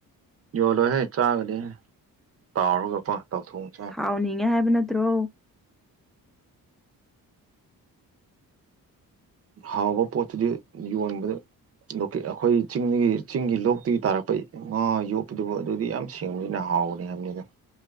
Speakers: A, on the right; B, in the centre.
A: ꯌꯣꯜꯂꯣꯏꯍꯦ ꯆꯥꯒꯗꯤ ꯇꯥꯎꯔꯒꯀꯣ ꯇꯥꯎꯊꯣꯛꯑꯒ
B: ꯍꯥꯎꯅꯤꯡꯉꯦ ꯍꯥꯏꯕ ꯅꯠꯇ꯭ꯔꯣ
A: ꯍꯥꯎꯕ ꯄꯣꯠꯇꯨꯗꯤ ꯌꯣꯟꯕꯗ ꯑꯩꯈꯣꯏ ꯆꯤꯡꯗꯒꯤ ꯆꯤꯡꯒꯤ ꯂꯣꯛꯇꯒꯤ ꯇꯥꯔꯛꯄ ꯑꯥ ꯌꯣꯛꯄꯗꯨꯕꯨ ꯑꯗꯨꯗꯤ ꯌꯥꯝ ꯁꯦꯡꯕꯅꯤꯅ ꯍꯥꯎꯅꯤ ꯍꯥꯏꯕꯅꯤꯗ